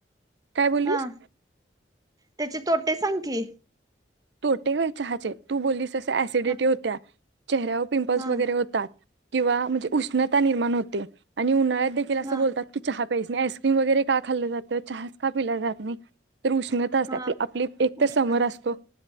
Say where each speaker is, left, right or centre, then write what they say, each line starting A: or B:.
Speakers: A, on the right (about 65°); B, on the right (about 20°).
A: काय बोललीस
B: हा त्याचे तोटे सांग की
A: तोटेय चहाचे तू बोललीस असिडिटी
B: हा
A: होत चेहऱ्या व पिंपल्स
B: हा
A: वगैरे होतात किंवा म्हणजे उष्णता निर्माण होते आणि उन्हाळ्यात देख असं
B: हा
A: बोलतात की चहा नाही आईस्क्रीम वगैरे का खाल्लं जातं चहा का पिला जात नाही तर उष्णता असते
B: हा
A: आप आपली एक तर
B: उष्णता
A: समर असतो
B: असते